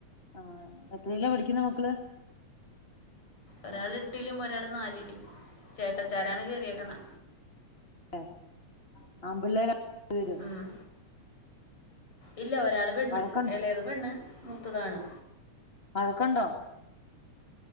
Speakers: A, on the left; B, on the left.
A: ആഹ് എത്രിലാ പഠിക്കുന്നെ മക്കള്
B: ഒരാള് എട്ടിലും ഒരാള് നാലിലും ചേട്ടച്ചാരാണ് കയറിയേക്കണേ
A: ആഹ് ആമ്പിള്ളേരാ വരും
B: ഉം ഇല്ല ഒരാള് പെണ്ണ്
A: വഴക്ക
B: എളയത് പെണ്ണ് മൂത്തതാണ്
A: വഴക്കൊണ്ടോ